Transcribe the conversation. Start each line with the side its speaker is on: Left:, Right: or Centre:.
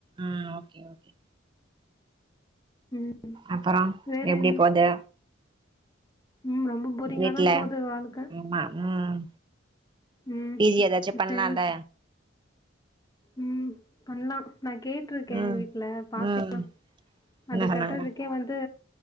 Right: ம் ஓகே ஓகே
Left: ம்
Right: அப்றோ
Left: வேற
Right: எப்டி
Left: என்ன
Right: போது?
Left: ம் ரொம்ப போரிங்காதா
Right: வீட்ல
Left: போது வாழ்க்க
Right: ஆமா ம்
Left: ம்
Right: பி ஜி ஏதாச்சு பண்லால்ல
Left: ஃப்ரெண் ம் பண்லா நா கேட்ருக்கே
Right: ம்
Left: வீட்ல பாக்லா
Right: ம் என்ன
Left: அது
Right: சொன்னாங்க
Left: கட்டறதுக்கே வந்து